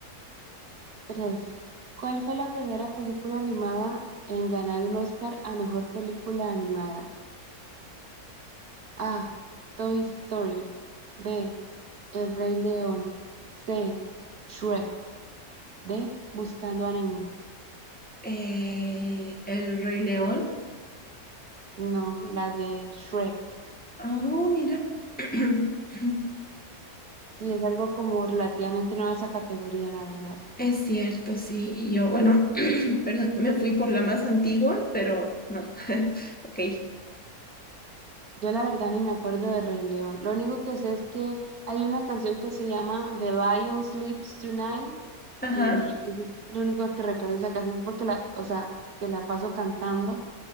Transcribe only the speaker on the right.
Tres. ¿Cuál fue la primera película animada en ganar un Oscar a mejor película animada? A. Toy Story. B. El Rey León. C. Shrek. D. Buscando a Nemo.
No, la de Shrek.
Sí, es algo como relativamente nueva esa categoría, la verdad.
Yo la verdad ni me acuerdo de Rey León. Lo único que sé es que hay una canción que se llama The Lion Sleeps Tonight
y es lo único que recuerdo de esa canción porque la, o sea, porque la paso cantando,